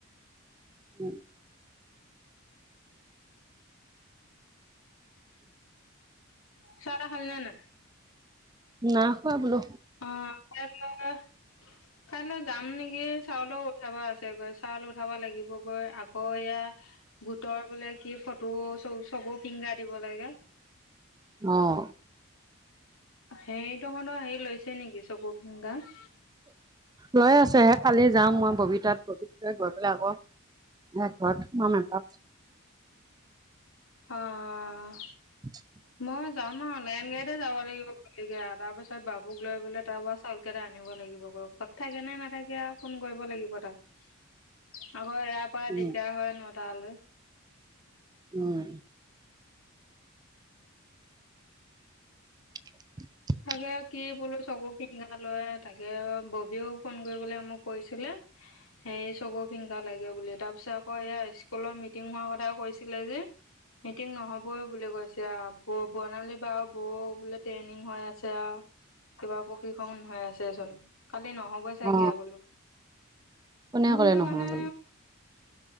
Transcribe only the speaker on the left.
চা তা খালি নে নাই?
অ', কাইলৈ কাইলৈ যাম নেকি। চাউলও উঠাব আছেগৈ চাউল উঠাব লাগিব গৈ আকৌ এয়া গোটৰ বোলে কি ফটো চ-চকু ফিংগাৰ দিব লাগে।
সেইটোহঁতৰ হেৰি লৈছে নেকি চকু ফিংগাৰ?
অ'।
মই যাম আৰু লাইন গাড়ীতে যাব লাগিব, গতিকে তাৰ পিছত বাবুক লৈ বোলে তাপা চাউল কেইটা আনিব লাগিব ঘৰত থাকে নে নাথাকে আৰু ফোন কৰিব লাগিব তাক। আকৌ ইয়াৰ পৰা
দিগদাৰ হয় ন তালৈ।
তাকে কি বোলো চকু ফিংগাৰ লয়, তাকে ববিওঁ ফোন কৰিবলে মোক কৈছিলে। হেৰি চকু ফিংগাৰ লাগে বুলি, তাৰ পিছত আকৌ ইয়াৰ স্কুলৰ মিটিং হোৱাৰ কথা কৈছিলে যে। মিটিং নহ'বই বুলি কৈছে আউ, ব-বৰ্ণালীৰ বা ব বোলে ট্ৰেইনিং হৈ আছে। ছে কিবা প্ৰশিক্ষণ হৈ আছেচোন। কালি নহ'বই চাগে
আও বোলো
সিহঁতে
মানে